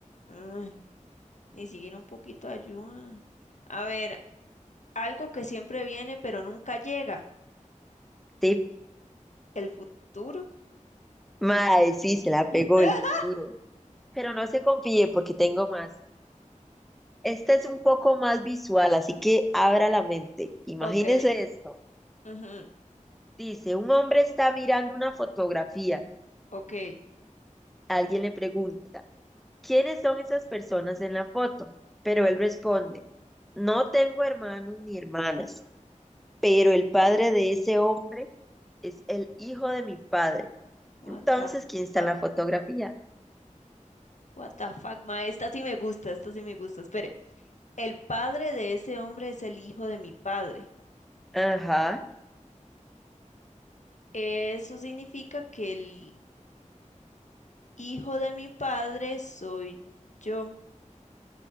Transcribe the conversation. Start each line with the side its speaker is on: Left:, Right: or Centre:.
Left: mm. Ni siquiera un poquito de ayuda. A ver, algo que siempre viene pero nunca llega.
Centre: Estoy
Left: El futuro.
Centre: Mae, sí, se la pegó
Left: <laughs>
Centre: el duro. Pero no se confíe porque tengo más. Esta es un poco más visual, así que abra la mente. Imagínese
Left: Ok.
Centre: esto.
Left: ujú,
Centre: Dice, un hombre está mirando una fotografía.
Left: Ok.
Centre: Alguien le pregunta, ¿quiénes son esas personas en la foto? Pero él responde, no tengo hermanos ni hermanas, pero el padre de ese hombre es el hijo de mi padre.
Left: What
Centre: Entonces,
Left: the
Centre: ¿quién está
Left: fuck.
Centre: en la fotografía?
Left: What the fuck, ma. Esta sí me gusta, esta sí me gusta. Espere. El padre de ese hombre es el hijo de mi padre.
Centre: Ajá.
Left: Eso significa que el hijo de mi padre soy yo.